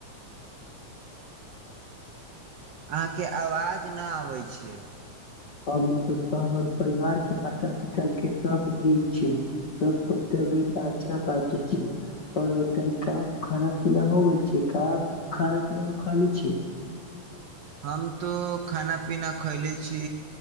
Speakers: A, on the right; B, on the left.
A: अहाँके आवाज ना आबै छै
B: मम्मी पापा हमर परिवार के माता पिता के सब नीक छै सब कर्तव्य त अच्छा बटे छै आओर बता क खाना पीना हो गेल छै क खाना पीना खाली छै
A: हम तऽ खाना पीना खयले छी